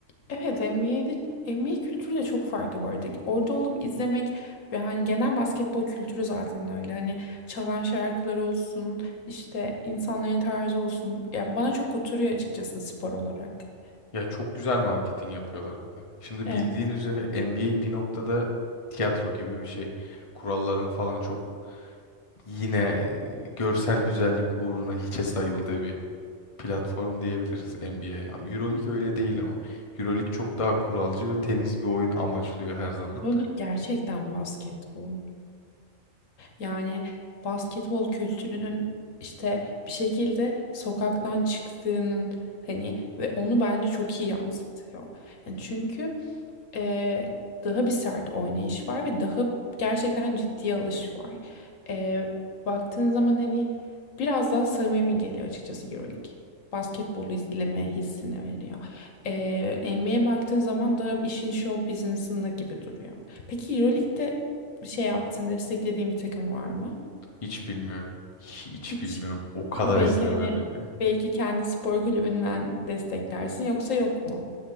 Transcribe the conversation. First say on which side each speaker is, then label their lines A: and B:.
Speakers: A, on the left; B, on the left.
A: evet NBA'de NBA kültürü de çok farklı bu arada. Orada olup izlemek ve hani genel basketbol kültürü zaten öyle. Hani çalan şarkılar olsun, işte insanların tarzı olsun. Ya bana çok oturuyor açıkçası spor olarak.
B: Ya çok güzel marketing yapıyorlar bir de. Şimdi
A: Evet.
B: bildiğin üzere NBA bir noktada tiyatro gibi bir şey. Kuralların falan çok yine e, görsel güzellik uğruna hiçe sayıldığı bir platform diyebiliriz NBA'ye. EuroLeague öyle değil ama. EuroLeague çok daha kuralcı ve temiz bir oyun amaçlıyor her zaman.
A: Yani gerçekten basketbol. Yani basketbol kültürünün işte bir şekilde sokaktan çıktığının hani ve onu bence çok iyi yansıtıyor. Yani çünkü e, daha bir sert oynayış var ve daha gerçekten ciddiye alış var. E, baktığın zaman hani biraz daha samimi geliyor açıkçası EuroLeague. Basketbol izleme hissini veriyor. E, NBA'ye baktığın zaman da işin show business'ında gibi duruyor. Peki EuroLeague'de bir şey yaptığın, desteklediğin bir takım var mı?
B: Hiç bilmiyorum. Hiç
A: Hiç.
B: bilmiyorum. O kadar
A: Belki
B: izlemedim
A: hani
B: yani.
A: belki kendi spor kulübünden desteklersin yoksa yok mu?